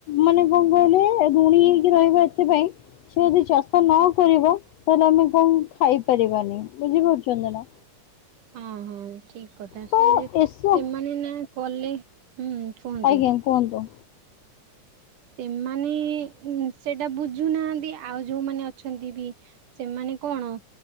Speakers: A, on the left; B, on the right.
A: ମାନେ କଣ କହିଲେ ଋଣୀ ହେଇକି ରହିବ ଏଥିପାଇଁ ସେ ଯଦି ଚାଷ ନ କରିବ ତାହେଲେ ଆମେ କଣ ଖାଇପାରିବାନି। ବୁଝିପାରୁଛନ୍ତି ନା?
B: ହଁ ହଁ ଠିକ କଥା
A: ତ
B: ସେ
A: ଏସ
B: ସେମାନେ ନା କଲେ ହୁଁ। କୁହନ୍ତୁ।
A: ଆଜ୍ଞା କୁହନ୍ତୁ?
B: ସେମାନେ ସେଇଟା ବୁଝୁନାହାଁନ୍ତି ଆଉ ଯୋଉମାନେ ଅଛନ୍ତି ବି ସେମାନେ କଣ